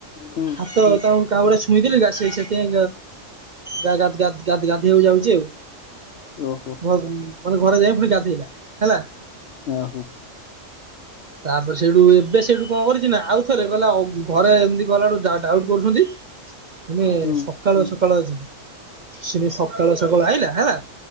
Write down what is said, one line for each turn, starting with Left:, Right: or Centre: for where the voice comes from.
Left: ହୁଁ
Right: ହାତ ତା ମୁଁ କାଉଡ଼ା ଛୁଇଁ ଦେଲି। ଯା ସେଇ ସେଥିଆଇଁ ଗା-ଗାଧ ଗାଧ ଗାଧ ଗାଧେଇଆକୁ ଯାଉଛି ଆଉ।
Left: ହଁ ଓହୋ!
Right: ମାନେ ଘରେ ଯାଇ ପୁଣି ଗାଧେଇଲା ହେଲା।
Left: ଆହୋ
Right: ତା'ପରେ ସେଇଠୁ ଏବେ ସେଇଠୁ କଣ କରିଛି ନା! ଆଉ ଥରେ କହିଲା, ଆଉ ଘରେ ଏମିତି ଗଲା ଠୁ ଡାଉଟ୍ କରୁସନ୍ତି। ଦିନେ
Left: ହୁଁ
Right: ସକାଳୁଆ, ସକାଳୁଆ ଯିବି। ସେନେ ସ ସକାଳ ସକାଳୁଆଇଲା ହେଲା।